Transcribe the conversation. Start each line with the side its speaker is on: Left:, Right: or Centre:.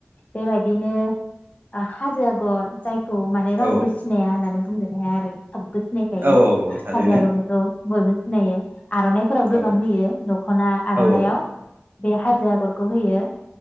Left: बेबायदिनो हाजो आगर जाय खौ माने रावबो
Right: औ
Left: सिनाया होनानैब बुंनोनो हाया आरो थाबबो सिनायखायो
Right: औ औ थारैनो
Left: हाजो आगरखौथ बयबो सिनायो आरनाइफोराव
Right: औ
Left: गोबां होयो दखना आरनायाव
Right: औ औ
Left: बे हाज जो आगरखौ होयो।